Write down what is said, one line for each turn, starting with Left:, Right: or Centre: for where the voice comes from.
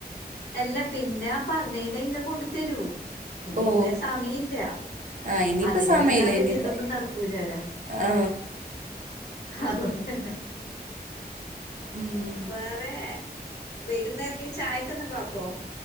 Left: അല്ല പിന്നെ പറഞ്ഞൈന ഇങ്ങ് കൊണ്ട് തരൂം പിന്നെ
Right: ഓ
Left: ഇന്ന് സമീല്ല.
Right: ആ ഇനിയിപ്പോൾ
Left: അതിന
Right: സമയമില്ല
Left: നിന്നാ പിന്നെ
Right: ഇനിയിപ്പോൾ
Left: ഇതൊന്നും നടക്കൂലാലോ.
Right: ആ
Left: അതോണ്ടന്നെ.
Right: ം
Left: വേറെ വൈകുന്നേരത്തേക്ക് ചായക്ക എന്തെങ്കും ആക്കോ?